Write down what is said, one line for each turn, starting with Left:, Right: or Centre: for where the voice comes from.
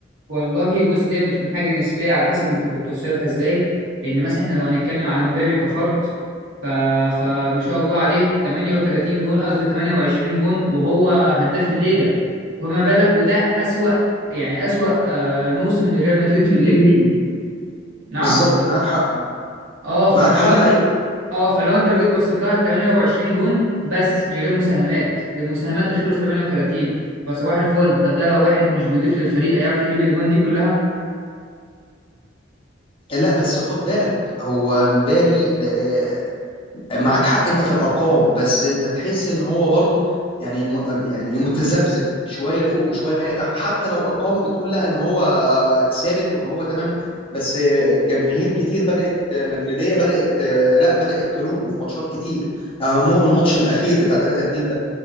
Right: والله بص دي بتكون حاجة نسبية على حسب انت بتبص لها ازاي لان مثلا احنا لو هنتكلم على مبابي كفرد ف... فما شاء الله عليه 38 جون قصدي 28 جون وهو هداف الليجا فما بالك وده أسوأ يعني أسوأ آه، موسم لريال مدريد
Left: مقدم
Right: في الليجا
Left: ليه
Right: نعم
Left: بالظبط معاك حق
Right: اه ف...
Left: معاك
Right: فلو
Left: حق
Right: انت
Left: ايوه
Right: اه فلو انت لو جيت بصيت لها 28 جون بس من غير مساهمات المساهمات دخلوا في 38 فصباح الفل طب ده لو واحد مش بيضيف للفريق هيعرف يجيب الاجوان دي كلها
Left: لا بس خد بالك هو مبابي آه، معاك حق انت في الارقام بس انت تحس ان هو برضو يعني م- يعني متذبذب شويه فوق وشويه تحت حتى لو ارقامه بتقول لا ان هو ثابت وان هو تمام بس جماهير كتير بدات مدريديه بدات لا بدات تلومه في ماتشات كتير اهمهم الماتش الاخير بتاع 3-2 ده